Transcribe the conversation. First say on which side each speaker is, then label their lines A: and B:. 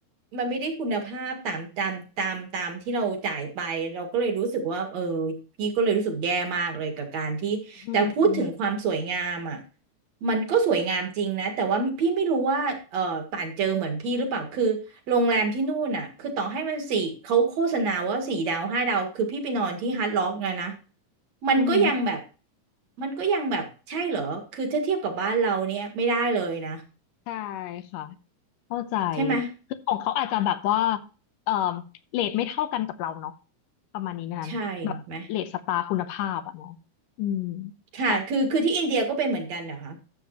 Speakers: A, on the right (about 55°); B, on the left (about 80°).
A: มันไม่ได้คุณภาพตามตามตามตามที่เราจ่ายไปเราก็เลยรู้สึกว่าเออพี่ก็เลยรู้สึกแย่มากเลยกับการที่แต่พูดถึงความสวยงามอ่ะ
B: อืม
A: มันก็สวยงามจริงนะแต่ว่าพี่ไม่รู้ว่าเออป่านเจอเหมือนพี่หรือเปล่าคือโรงแรมที่นู่นอ่ะคือต่อให้มันสี่เขาโฆษณาว่าสี่ดาวห้าดาวคือพี่ไปนอนที่ฮาร์ดร็อกนะนะมันก็ยังแบบ
B: อือหือ
A: มันก็ยังแบบใช่เหรอคือถ้าเทียบกับบ้านเราเนี่ยไม่ได้เลยนะ
B: ใช่ค่ะ เข้าใจ
A: ใช่ไหม
B: คือของเขาอาจจะแบบว่าเอ่อเรทไม่เท่ากันกับเราเนาะประมาณนี้ไหมคะแบบเรทสตาร์คุณภาพอะเนาะอืม
A: ใช่ไหมค่ะคือคือที่อินเดียก็เป็นเหมือนกันเหรอคะ
B: ค่ะ